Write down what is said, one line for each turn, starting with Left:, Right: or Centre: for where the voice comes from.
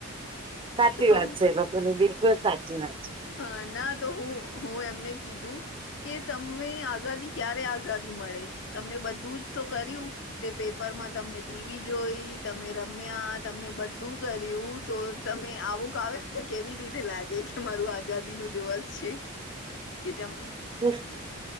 Right: સાચી
Left: તો
Right: વાત છે લોકોની બિલકુલ સાચી વાત છે.
Left: હા ના તો હું હું એમને કીધું. કે તમને આઝાદી ક્યારે આઝાદી મળે તમને બધું જ તો કર્યું. તે પેપર માં તમને ટીવી જોઈ તમે રમ્યા તમને બધું કર્યું. તો તમે આવુંકાવ કેવી રીતે લાગે કે મારું આજ આઝાદી નો દિવસ છે કે જેમ
Right: હમ.